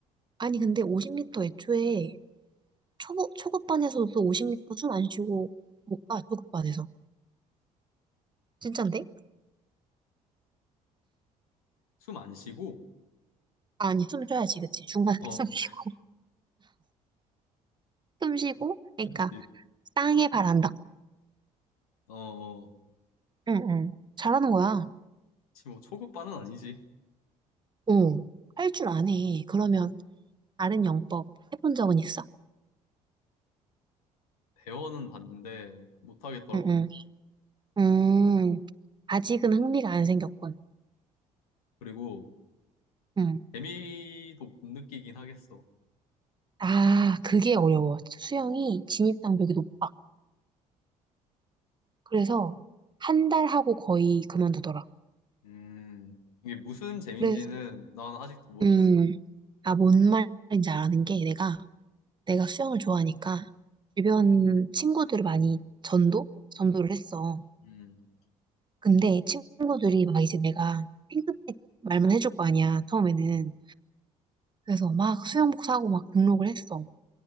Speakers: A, on the right (about 25°); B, on the left (about 80°).
A: 아니, 근데 50m 애초에 초급, 초급반에서도 50m 숨 안 쉬고 못 가, 초급반에서. 진짠데?
B: 숨 안 쉬고
A: 아니, 숨 쉬어야지, 그치? 중간에 <laughs>
B: 어,
A: 숨
B: <laughs>
A: 쉬고. 숨 쉬고, 그러니까,
B: 그렇지.
A: 땅에 발 안 닿고.
B: 어, 어.
A: 응, 응. 잘하는 거야.
B: 지금 뭐 초급반은 아니지.
A: 어. 할 줄 아네. 그러면, 다른 영법 해본 적은 있어.
B: 대원은 봤는데 못 하겠더라고.
A: 응, 응. 음, 아직은 흥미가 안 생겼군.
B: 그리고
A: 응.
B: 재미도 못 느끼긴 하겠어.
A: 아, 그게 어려워. 수영이 진입 장벽이 높아. 그래서 한 달 하고 거의 그만두더라.
B: 음, 이게 무슨 재미인지는
A: 그래서
B: 난 아직도 모르겠어.
A: 음, 아, 뭔 말인지 아는 게 내가 내가 수영을 좋아하니까 주변 친구들을 많이 전도 전도를 했어.
B: 음,
A: 근데 친구들이 막 이제 내가 핑크빛 말만 해줄 거 아니야 처음에는. 그래서 막 수영복 사고 막 등록을 했어.